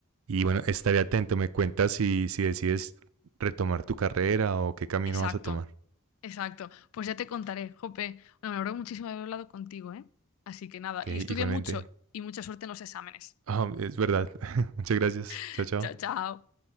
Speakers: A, on the right (about 70°); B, on the left (about 70°).
A: Y bueno, estaré atento, me cuentas si, si decides retomar tu carrera o qué camino
B: exacto,
A: vas a tomar.
B: exacto. Pues ya te contaré, Jope. Bueno, me alegro muchísimo de haber hablado contigo, ¿eh? Así que nada,
A: Ok,
B: y estudia
A: igualmente.
B: mucho y mucha suerte en los exámenes.
A: Ah, es verdad. <laughs> Muchas gracias.
B: <laughs>
A: Chao, chao.
B: Chao, chao.